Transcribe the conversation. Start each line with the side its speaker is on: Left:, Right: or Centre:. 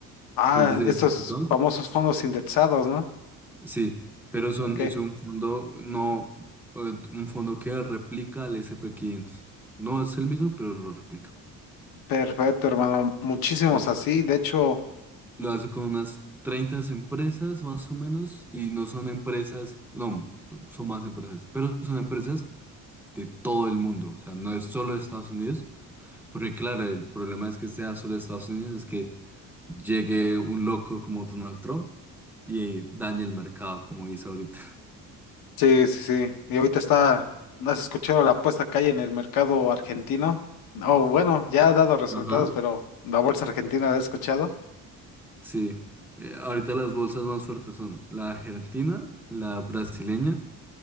Left: Ah,
Centre: fondos diversificados,
Left: estos famosos fondos indexados, ¿no?
Centre: Sí, pero son,
Left: Ok,
Centre: es un fondo, no, eh, un fondo que replica al S&P quinientos, No es el mismo, pero lo replica.
Left: perfecto, hermano. Muchísimos
Centre: Es-
Left: así. De hecho.
Centre: lo hace con unas 30 empresas más o menos y no son empresas, no, son más empresas, pero son empresas de todo el mundo. O sea, no es solo de Estados Unidos, Porque claro, el problema es que sea solo de Estados Unidos, es que llegue un loco como Donald Trump y dañe el mercado, como dice ahorita.
Left: Sí, sí, sí. Y ahorita está, ¿no has escuchado la apuesta que hay en el mercado argentino? Oh, bueno, ya ha dado resultados,
Centre: Ajá.
Left: pero la bolsa argentina la he escuchado.
Centre: Sí. Eh, ahorita las bolsas más fuertes son la argentina, la brasileña